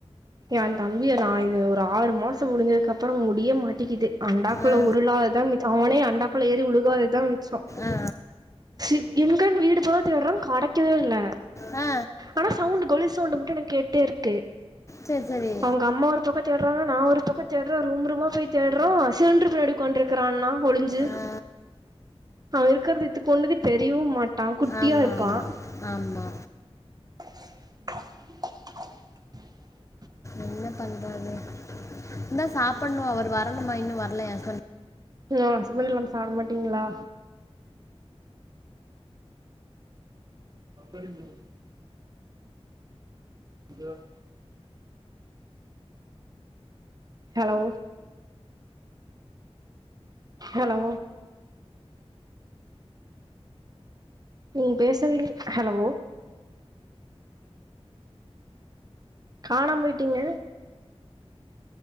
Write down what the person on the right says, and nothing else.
என் தம்பிய நான் இது ஒரு ஆறு மாச முடிஞ்சதுக்கு அப்புறம் முடிய மாட்டக்குது அண்டாக்குள்ள
உருளாகதா அவனே அண்டா குள்ள ஏறிழுகாததுதா சோ
ச <unintelligible> வீடு போற விடற கடைக்கவே இல்ல
ஆனா சவுண்ட் கோலுஸ் <unintelligible> உண்டு மட்டும் எனக்கு கேட்டே இருக்கு
அவுங்க அம்மா ஒரு பக்கம் தேடுறாங்க நா ஒரு பக்கம் தேடுறேன் ரூம் ரூமா போய் தேடுறேன் சிலிண்டரு பின்னாடி ஒக்கான்ட்ரு இருக்கானா ஒளிஞ்சி
அவன் இருக்குறது இத்துக்குன்டு கண்ணுக்கு தெரியவு மாட்டா குட்டியா
இருப்பான்
டும்
ஆ உ ஹஸ்பண்ட் இல்லாம சாப்ட மாட்டீங்களா <inaudible> <inaudible> ஹலோ ஹலோ நீங்க பேசவீ ஹலோ காணாம் போயிட்டீங்க